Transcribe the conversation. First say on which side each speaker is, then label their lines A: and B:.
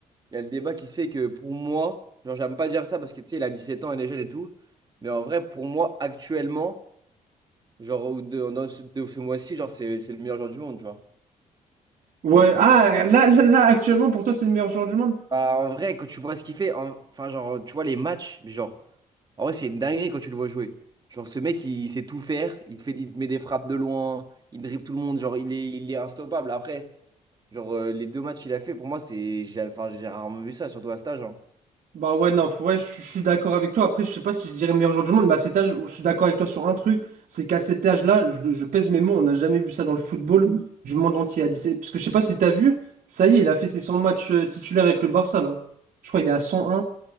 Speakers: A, on the right (about 30°); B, on the right (about 65°).
A: il y a le débat qui se fait que pour moi, genre, j'aime pas dire ça parce que tu sais, il a dix sept ans, il est jeune et tout. Mais en vrai, pour moi, actuellement, genre, ou de, dans ce, de ce mois-ci, genre, c'est c'est le meilleur joueur du monde, tu vois.
B: Ouais, ah, là, là, là, actuellement, pour toi, c'est le meilleur joueur du monde?
A: Bah, en vrai, quand tu vois ce qu'il fait, en- enfin, genre, tu vois les matchs, mais genre, en vrai, c'est une dinguerie quand tu le vois jouer. Genre, ce mec, il il sait tout faire, il te fait, il te met des frappes de loin, il dribble tout le monde, genre, il est, il est instoppable. Après. Genre, euh, les deux matchs qu'il a fait, pour moi, c'est. J'ai enfin, j'ai rarement vu ça, surtout à stage. hein.
B: Bah ouais, non, faut- ouais, je je suis d'accord avec toi. Après, je sais pas si je dirais meilleur joueur du monde, mais à cet âge, je suis d'accord avec toi sur un truc, c'est qu'à cet âge-là, je, je pèse mes mots, on n'a jamais vu ça dans le football du monde entier à 17. Parce que je sais pas si t'as vu, ça y est, il a fait ses 100 matchs euh, titulaires avec le Barça, là. Je crois qu'il est à 101,